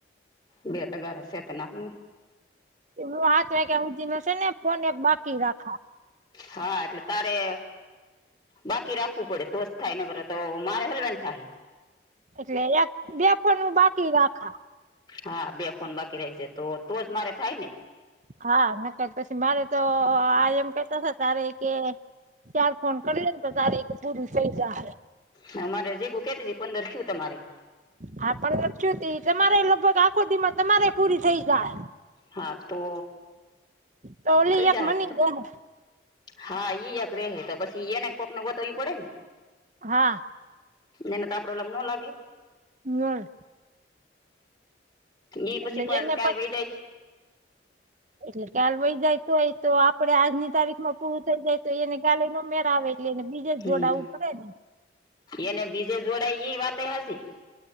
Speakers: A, on the left (about 25°); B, on the right (about 40°).
A: બે તગારા છે તો નાખો
B: હુ હાથ વાયગા સુધી માં છે ને ફોન એક બાકી રાખવા
A: હા એટલે તારે બાકી રાખવું પડે તો જ થાય નગર તો મારે હલવેન થાય
B: એટલે એક બેફોન હુ બાકી રાખા
A: હા બે ફોન બાકી રાખજે તો તો જ મારે થાય ને
B: હા ન ક પછી મારે તો આ એમ કેતા તા છે તારે કે ચાર ફોન કર્યો ને તો તારે એક પુરુષ, <unintelligible>
A: હ મારે જીગું કેતી પંદર થીયુ તમારે
B: હા પણ લચુ દી તમારે લગભગ આખો દીમા તમારે પૂરી થઈ જાય
A: હા તો
B: તો ઓલી
A: થઇ જા
B: એક મની
A: હે
B: દેહે
A: હા ઈ એક રે હે પછી એને કોક ને ગોતાવવી પડે
B: હા
A: એને તો આપડો ન લાગે
B: નહીં
A: એ પછી
B: એટલે
A: પણ
B: એને
A: કાલ
B: પછી
A: વહી જાય
B: એટલે કાલ વય જાયતો હોય તો આપડે આજની તારીખમાં પુરું થઈ જાય તો એને ગાલે ન મેર આવે એટલેને બીજે જ
A: હમ
B: જોડાવવું પડે ને
A: એને બીજે જોડાય એ વાત ય હાચી